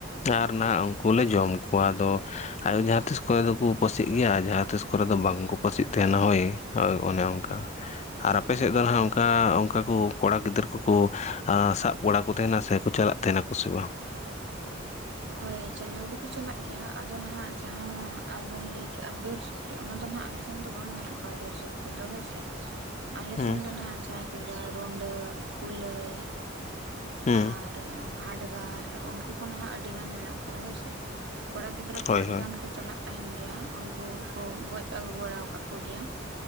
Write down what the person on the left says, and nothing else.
ᱟᱨ ᱱᱟᱦᱱᱟᱜ ᱩᱱᱠᱩ ᱞᱮ ᱡᱚᱢ ᱠᱚᱣᱟ ᱟᱫᱚ᱾ <inaudible> ᱡᱟᱸᱦᱟᱸ ᱛᱤᱥ ᱠᱚᱨᱮ ᱫᱚ ᱠᱚ ᱯᱟᱹᱥᱤᱜ ᱜᱮᱭᱟ ᱟᱨ ᱡᱟᱸᱦᱟᱸ ᱛᱤᱥ ᱠᱚᱨᱮ ᱫᱚ ᱵᱟᱝᱠᱚ ᱯᱟᱹᱥᱤᱜ ᱛᱟᱦᱮᱱᱟ ᱦᱳᱭ᱾ ᱦᱳᱭ ᱚᱱᱮ ᱚᱱᱠᱟ᱾ ᱟᱨ ᱟᱯᱮ ᱥᱮᱫ ᱫᱚ ᱱᱟᱦᱟᱜ ᱚᱱᱠᱟ ᱚᱱᱠᱟ ᱠᱚ ᱠᱚᱲᱟ ᱜᱤᱫᱽᱨᱟᱹ ᱠᱚᱠᱚ ᱥᱟᱵ ᱵᱟᱲᱟ ᱠᱚ ᱛᱟᱦᱮᱱᱟ ᱥᱮ ᱠᱚ ᱪᱟᱞᱟᱜ ᱛᱟᱦᱮᱱᱟ ᱠᱩ ᱥᱮ ᱵᱟᱝ?
ᱦᱩᱸ
ᱦᱩᱸ
ᱦᱳᱭ
ᱦᱳᱭ